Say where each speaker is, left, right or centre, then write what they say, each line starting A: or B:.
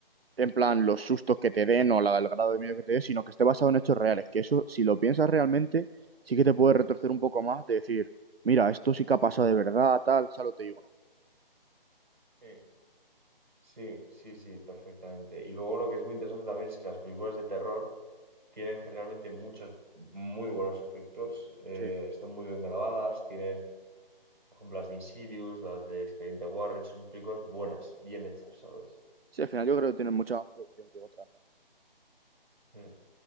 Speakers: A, on the right (about 85°); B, on the right (about 55°).
A: en plan los sustos que te den o la, el grado de miedo que te den, sino que esté basado en hechos reales, que eso, si lo piensas realmente, sí que te puede retorcer un poco más de decir, mira, esto sí que ha pasado de verdad, tal, solo te digo, no.
B: Sí. Sí, sí, sí, perfectamente. Y luego lo que es muy interesante también es que las películas de terror tienen generalmente muchos muy buenos efectos, eh,
A: Sí.
B: están muy bien grabadas, tienen, por ejemplo, las de Insidious, las de Expediente Warren, son películas buenas, bien hechas, ¿sabes?
A: Sí, al final yo creo que tienen mucha más producción que otras, ¿no?
B: Mm.